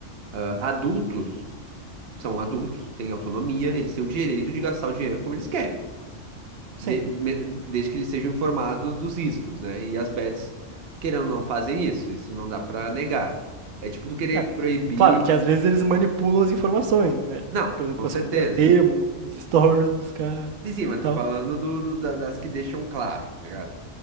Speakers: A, on the right (about 55°); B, on the right (about 85°).
A: ah, adultos são adultos, têm autonomia, eles têm o direito de gastar o dinheiro como eles querem,
B: Sim.
A: de- me- desde que eles sejam informados dos riscos, né? E as bets, querendo ou não, fazem isso, isso não dá pra negar. É tipo tu querer
B: É,
A: proibir.
B: claro que às vezes eles manipulam as informações, né?
A: Não,
B: Por
A: com
B: exemplo, com
A: certeza.
B: as contas demo, os stories dos caras e
A: Sim, sim, mas tô
B: tal.
A: falando do, do- da- das que deixam claro, tá ligado?